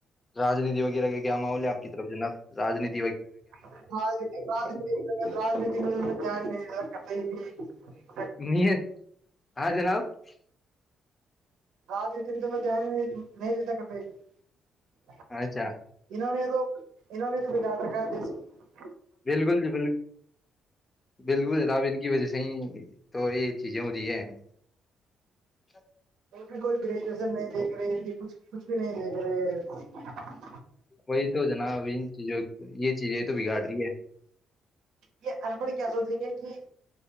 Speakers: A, on the left (about 25°); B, on the right (about 80°).
A: رجنیتی وغیرہ کیا ماحول ہے آپ کی طرف جناب <unintelligible> رانیتی
B: ہاں
A: <unintelligible>
B: کیا رہے گا <unintelligible> کت <unintelligible>
A: نہیں ہاں جناب <unintelligible> <unintelligible>
B: آج دن تو میں ج نہیں نہیں دیتا کرتے <unintelligible>
A: اچھا <unintelligible>
B: انہوں نے تو انہوں نے تو بگاٹ رکھا دیس <unintelligible>
A: بالکل جی بالکل بالکل جناب ان کی وجہ سے <unintelligible> صی تو یہ چیزیں ہوتی ہے ہیں <unintelligible>
B: وہ بھی کوئی گریجویشن نہیں دھ رہی ان <unintelligible> کچھ کچھ بھی نہیں ہےے <unintelligible> ہ <inaudible>
A: وہی تو جناب ان چیزوں یہ چیزیں یہ تو بگاڑ رہی ہے
B: یہ انپڑھ کیاضتی یہ کہ